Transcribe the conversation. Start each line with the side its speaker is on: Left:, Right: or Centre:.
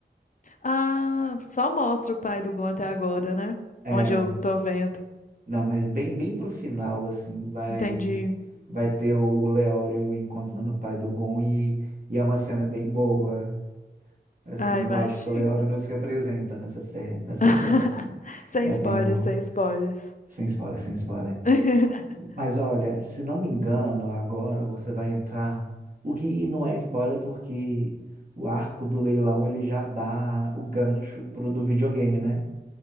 Left: Ah, só mostra o pai do Gon até agora, né?
Right: É,
Left: Onde eu tô vendo.
Right: não, mas bem, bem pro final, assim, vai
Left: Entendi.
Right: vai ter o Leório encontrando o pai do Gon e, e é uma cena bem boa. Assim,
Left: Ah, imagino.
Right: eu acho que o Leório nos representa nessa série, nessa
Left: <laughs>
Right: cena, assim.
Left: Sem
Right: É
Left: spoilers,
Right: bem, vou-
Left: sem spoilers.
Right: sem spoiler, sem spoiler.
Left: <laughs>
Right: Mas olha, se não me engano, agora você vai entrar. O que e não é spoiler, porque o arco do leilão ele já dá o gancho pro do videogame, né?